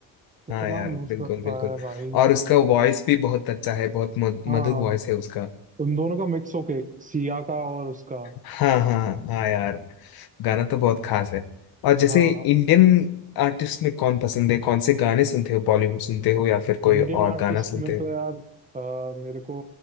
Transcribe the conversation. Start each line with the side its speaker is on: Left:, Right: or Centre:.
Right: इतना
Left: हाँ यार
Right: मस्त
Left: बिल्कुल
Right: लगता
Left: बिल्कुल
Right: है भाई
Left: और उसका वॉइस भी बहुत अच्छा है बहुत मध-
Right: हाँ
Left: मधुर वॉइस है उसका
Right: उन दोनों का मिक्स होके सिया का और उसका
Left: हाँ हाँ हाँ यार गाना तो बहुत खास है और जैसे
Right: हाँ
Left: इंडियन आर्टिस्ट में कौन पसंद है कौन से गाने सुनते हो बॉलीवुड सुनते हो या फिर कोई
Right: इंडियन
Left: और
Right: आर्टिस्ट
Left: गाना सुनते
Right: में
Left: हो
Right: तो यार अ, मेरे को